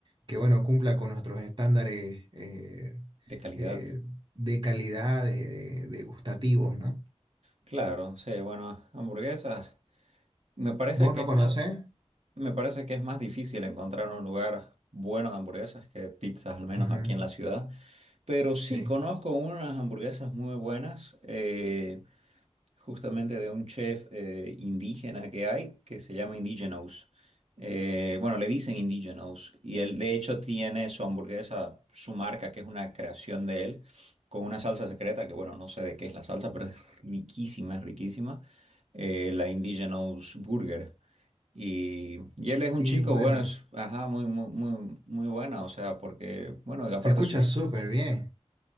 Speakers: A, on the right (about 45°); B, on the right (about 70°).
A: que bueno, cumpla con nuestros estándares eh,
B: De calidad.
A: eh, de calidad, de, de- de gustativos, ¿no?
B: Claro, sí, bueno, hamburguesas. Me parece
A: ¿Vos
B: que
A: no
B: es
A: conocés?
B: más. Me parece que es más difícil encontrar un lugar bueno de hamburguesas que pizzas, al menos
A: Ujú,
B: aquí en la ciudad. Pero sí
A: sí.
B: conozco unas hamburguesas muy buenas, eh, justamente de un chef eh, indígena que hay, que se llama Indigenous. Eh, bueno, le dicen Indigenous. Y él, de hecho, tiene su hamburguesa, su marca, que es una creación de él, con una salsa secreta, que bueno, no sé de qué es la salsa, pero es riquísima, es riquísima. Eh, la Indigenous Burger. Y, y él es un
A: Y
B: chico,
A: es buena.
B: bueno, es, ajá, muy, muy, muy, muy buena, o sea, porque, bueno, y aparte
A: Se escucha
B: su... hist-
A: súper bien,